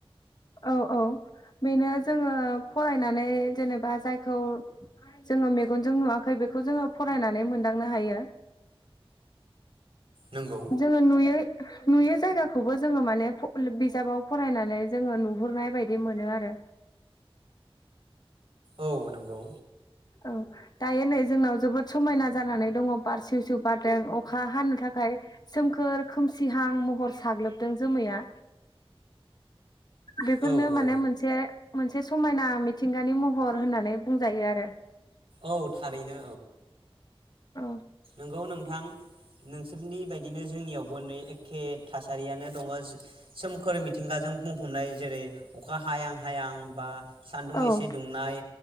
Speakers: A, on the left; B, on the right.
A: औ औ बेनो जोङो फरायनानै जेनेबा जायखौ जोङो मेगनजों नुवाखै बेखौ जोङो फरायनानै मोनदांनो हायो।
B: नंगौ
A: जोङो नुयो नुयो जायगाखौबो जोङो माने फ बिजाबाव फरायनानै जोङो नुहुरनाय बायदि मोनो आरो
B: औ नंगौ
A: औ दायो नै जोंनाव जोबोद समायना जानानै दङ बारसिउ सिउ बारदों अखा हानो थाखाय सोमखोर खोमसिहां महर साग्लोबदों जोमैया बेफोरनो
B: औ औ
A: माने मोनसे मोनसे समायना मिथिंगानि महर होननानै बुंजायो आरो
B: औ थारैनो
A: औ
B: नोंगौ नोंथां नोंसोरनि बायदिनो जोंनियावबो नै एखे थासारियानो दङ सोमखोर मिथिंगाजों बुंफबनाय जेरै अखा हायां हायां बा सान्दुं
A: औ
B: एसे दुंनाय